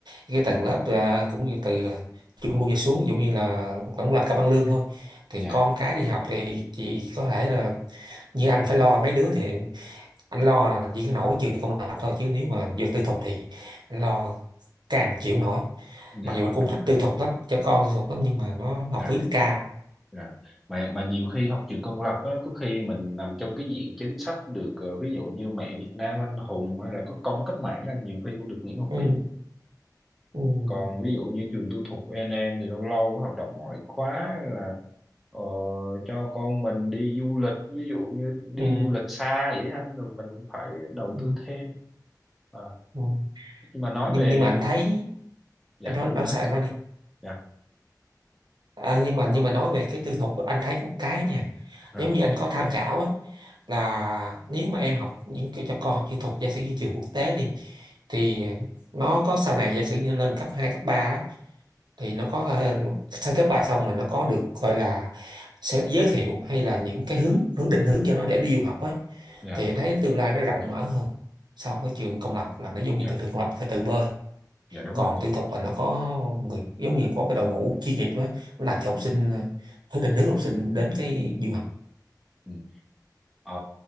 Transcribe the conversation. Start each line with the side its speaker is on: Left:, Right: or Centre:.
Right: cái tầng lớp ờ, cũng như từ trung lưu trở xuống ví dụ như là cũng là cao bằng lương thôi thì
Centre: dạ
Right: con cái đi học thì chỉ có thể là như anh phải lo mấy đứa thì anh lo là chỉ có nổi chuyện công lập thôi chứ nếu mà việc tư thục thì anh lo càng chịu nổi
Centre: dạ
Right: mặc dù anh cũng
Centre: đúng
Right: thích
Centre: rồi
Right: tư thục lắm cho con tư thục lắm nhưng mà nó học
Centre: dạ
Right: phí nó cao
Centre: dạ mà mà nhiều khi học trường công lập á có khi mình nằm trong cái diện chính sách được ờ, ví dụ như mẹ Việt Nam anh hùng hay là có công với cách mạng là nhiều khi cũng được miễn học
Right: ừ,
Centre: phí
Right: ừ,
Centre: còn ví dụ như trường tư thục n em thì lâu lâu có hoạt động ngoại khóa hay là ờ, cho con mình đi du lịch ví dụ như đi
Right: ừ,
Centre: du lịch xa vậy anh rồi mình cũng phải đầu
Right: ừ,
Centre: tư thêm à,
Right: ừ.
Centre: nhưng mà nói
Right: nhưng
Centre: về
Right: nhưng mà anh thấy
Centre: dạ
Right: em nói
Centre: nhưng mà
Right: nói
Centre: anh nói
Right: sao em
Centre: sao
Right: nói đi
Centre: dạ
Right: à, nhưng
Centre: ờ,
Right: mà nhưng mà nói về cái tư thục á, anh thấy có một cái nha
Centre: dạ
Right: giống như anh có tham khảo á là nếu mà em học những cái cho con học kỹ thuật giả sử như trường quốc tế thì thì nó có sau này giả sử như lên cấp 2 cấp 3 đó thì nó có ờ, sau cấp 3 xong là nó có được gọi là sẽ giới thiệu hay là những cái hướng hướng định hướng cho nó để đi du học á
Centre: dạ
Right: thì em thấy tương lai nó rộng mở hơn so với trường công lập là nó giống
Centre: dạ
Right: như thường thường công lập phải tự bơi
Centre: dạ, đúng
Right: còn
Centre: rồi
Right: tư thục là nó có người giống như có cái đội ngũ chuyên nghiệp á nó làm cho học
Centre: ừ,
Right: sinh ờ, hướng định hướng học sinh đến cái du học
Centre: ừ. Ờ,